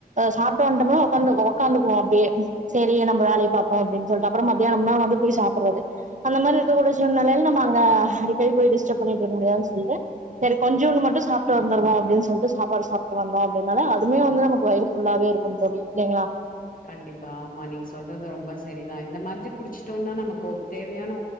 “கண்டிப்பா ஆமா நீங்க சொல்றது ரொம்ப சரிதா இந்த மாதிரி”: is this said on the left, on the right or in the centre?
Left